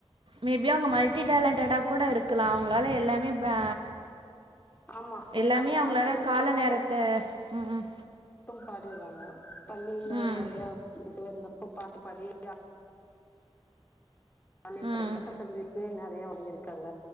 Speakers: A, on the right; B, on the left.
A: மேபி அவங்க மல்டி டேலண்டடா கூட இருக்கலா அவுங்களால எல்லாமே பே
B: ஆமா
A: எல்லாமே
B: ஏன்னா பாட்டு
A: அவங்களால
B: இதுலயு
A: கால நேரத்த ம் ம்
B: பாடிர்றாங்க பள்ளில
A: ம்.
B: நெறைய இது வந்த ப்ப பாட்டு பாடி யா <unintelligible>
A: ம்.
B: நெறையா வாங்கிருக்காங்க